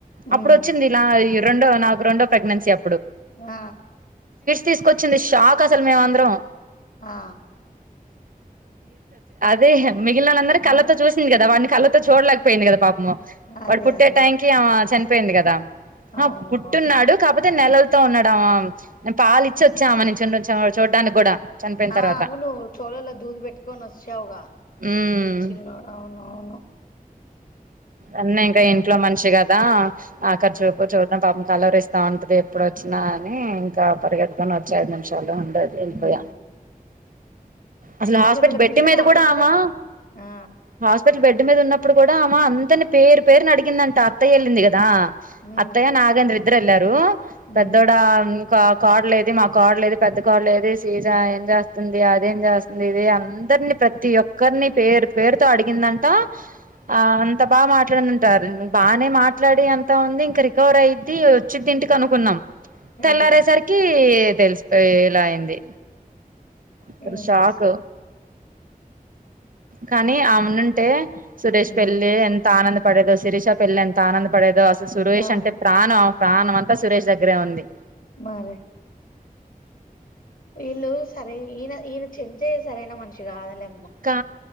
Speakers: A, on the right; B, on the left.
A: అప్పుడు
B: ఉమ్
A: వచ్చింది ఇలా ఈ రెండో నాకు రెండో ప్రెగ్నెన్సీ అప్
B: ఆ
A: తీసుకొచ్చింది షాక్ అసలు మేమందరం
B: ఆ
A: రీ హ మిగిలినోలందరిని కళ్ళతో
B: ఆ
A: చూసింది కదా వాన్ని కళ్తో చూడలేకపోయింది కద పాప వా
B: అదే
A: పుట్టే
B: అదే
A: టైం కి అమె పేయింది కదా
B: అవునవును
A: ఆ పుట్టున్నాడు కాబట్ నెలలతో ఉండడం పాలు ఇచ్చి వచ్చా ఆమే నీ చూడ్డానికి కూడా చనిపోయిన
B: ఆ
A: తర్వాత
B: అవును చోలలో దూది పెట్టుకొని వచ్చావ్గా
A: ఉమ్
B: చినో అవును అవును
A: అన్న ఇంకా ఇంట్లో
B: ఎండల
A: మనిషి కదా అక్కడ చూపు చూద్దాం పాపం కలవరిస్త ఉంటది ఎప్పుడు వచ్చినా అని ఇంకా పరిగెతుకోని వచ్చే ఐదు నిమిషాలు ఉ
B: ఉమ్.
A: అ హాస్పిటల్
B: అసలు వాళ్ళ
A: బెడ్
B: పిల్లలు
A: మీద
B: ఆడపిల్లలు
A: కూడా ఆమా
B: ఆ
A: హాస్పిటల్ బెడ్ మీద ఉన్నడు కూడా అమా అంతని పేరు పేరు అడిగిందంట అత్తయ్య వెళ్ళింది కదా
B: ఉమ్
A: అత్తయ్య నాగేంద్ర ఇద్దరు ఎల్లారు పెద్దోడ
B: ఉమ్
A: కార్ లేది మా కాడ లేదు పెద్ద కాడ లేదు సీజ ఏం చేస్తుంది అదేం చేస్తుంది ఇది అ అందరిని ప్రతి ఒక్కరిని పేరు పేరు అడిగిందంట ఆ అంతా బా మా మాట్లాడుంటారు బనే మాట్లాడే అంత ఉంది ఇంక రికవర్ అయిద్ది వచ్చిది ఇంటికి అనుకున్నాం తెల్లారే
B: అదే
A: సరికీ తెలిసిపోయేలా అయింది అసలు
B: ఏం
A: షాక్
B: చేస్త
A: కానీ ఆమె ఉనుంటే సురేష్
B: ఉమ్
A: పెళ్లి ఎంత ఆనంద పడేదో శిరీష పెళ్లి ఎంత ఆనంద పడేదో సురేష్
B: అవును
A: అంటే ప్రాణం ప్రాణం అంత సురేష్ దగ్ దగ్గరే ఉంది
B: మరి వీళ్ళు సరే ఈయన ఈయన చెం చెయ్య సరైన మనిషి కాదులే
A: కా